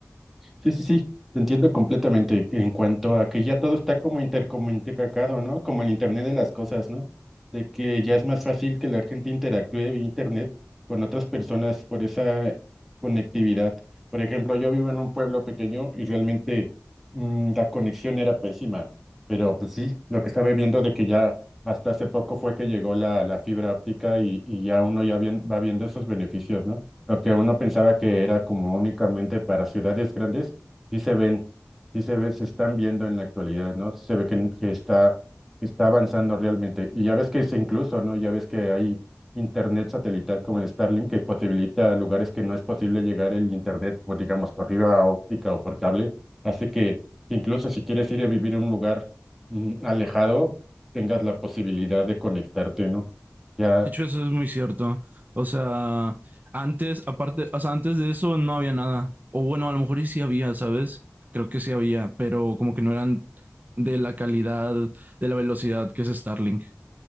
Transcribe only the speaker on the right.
De hecho, eso es muy cierto. O sea, antes, aparte, o sea, antes de eso no había nada. O bueno, a lo mejor y sí había, ¿sabes? Creo que sí había, pero como que no eran de la calidad, de la velocidad que es Starlink.